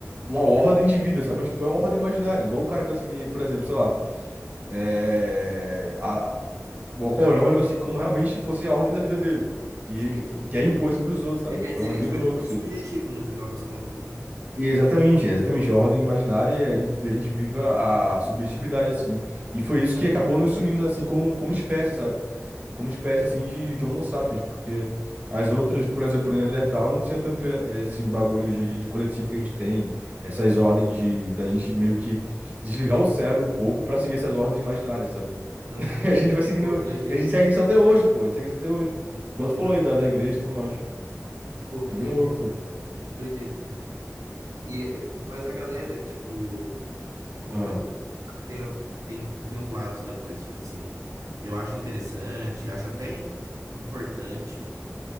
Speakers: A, on the right; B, on the right.
A: uma ordem de vida, sabe? Mas, tipo, é uma ordem imaginária. Igual o cara que vai seguir, por exemplo, sei lá é, a- o Alcorão, ele vai seguir como realmente fosse a ordem da vida dele. E,
B: Sim, sim.
A: e que é imposto pros outros, sabe?
B: Ele quer
A: Então
B: dizer que
A: é meio
B: tipo,
A: louco
B: é tudo
A: isso.
B: subjetivo
A: isso.
B: no final das contas, né?
A: E exatamente, é exatamente. É A ordem imaginária, e a gente, a gente vive a, a subjetividade, assim. E foi isso
B: Caramba.
A: que acabou nos unindo, assim, como, como espécie, sabe? Como espécie, assim, de, de Homo sapiens. Porque as outras, por exemplo, o Neandertal não tinha tanto eh, esse bagulho de, de coletivo que a gente tem, essas
B: Uhum.
A: ordens de, da gente meio que desligar o cérebro um pouco pra seguir essas ordens imaginárias, sabe? <laughs>
B: Uhum.
A: E a gente vai seguindo.
B: Pô, que doideira.
A: E a gente segue isso até hoje, pô. A gente segue isso até hoje. Igual
B: Exato.
A: tu falou aí da, da igreja e tudo mais.
B: Pô, que
A: É Bem
B: doideira.
A: louco, sabe?
B: Que doideira. E, é, mas a galera, tipo. Bom,
A: Ah,
B: beleza. Tem, tem, tem os lados da coisa. Tipo assim, eu acho interessante, acho até im- importante.